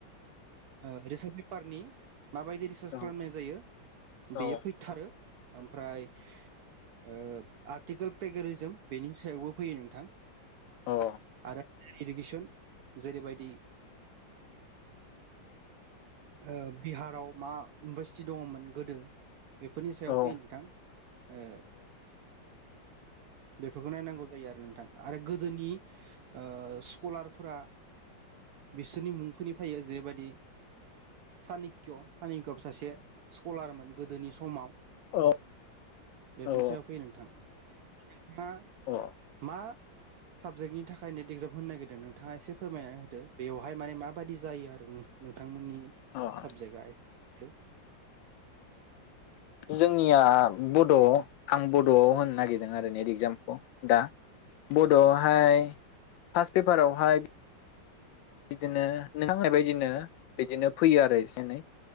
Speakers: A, on the right; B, on the left.
A: ओ रिसनपेफारनि माबायदि रिसार्च
B: औ
A: खालामनाय जायो
B: औ
A: बेयो फैथारो ओमफ्राय ओ आर्टिकेल प्रेगेरिजोम बेनि सायावबो फैयो नोंथां
B: अ
A: आरो <unintelligible> इडुकेसन जेरैबायदि ओ बिहाराव मा इउनिभारसिटि दङमोन गोदो? बेफोरनि सायाव
B: औ अ
A: फैयो नोंथां ओ बेफोरखौ नायनांगौ जायो आरो नोंथां आरो गोदोनि ओ स्कलारफोरा बिसोरनि मुंफोरनि फैयो जैबायदि सानिक्य सानिक्य सासे स्कलारमोन गोदोनि समाव
B: अ
A: बेफोरनि
B: औ
A: सायाव फैयो नोंथां <unintelligible> मा
B: अ
A: मा? साबजेक्टनि थाखाय नेट एगजाम होनो नागिरदों नोंथाङा एसे फोरमायना होदो बेवहाय माने माबायदि जायो आरो नोंथांमोननि
B: अ
A: सबजेक्टआइ हेल
B: जोंनिया बड आं बडआव होनो नागिरदों आरो नेट इगजामखौ दा बडआवहाय फार्स्ट पेपारावहाय बिदिनो नोंथां बुंनाय बायदिनो बिदिनो फैयो आरो एसे एनै